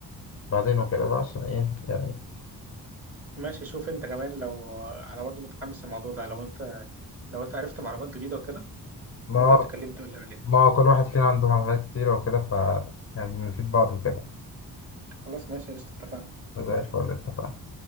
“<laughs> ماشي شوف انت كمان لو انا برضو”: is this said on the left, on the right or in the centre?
Right